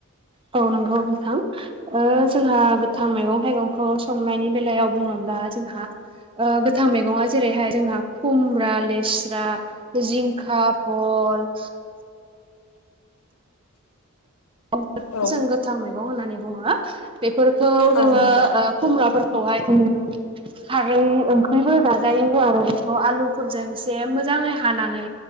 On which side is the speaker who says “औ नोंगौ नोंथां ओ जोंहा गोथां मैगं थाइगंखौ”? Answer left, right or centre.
Right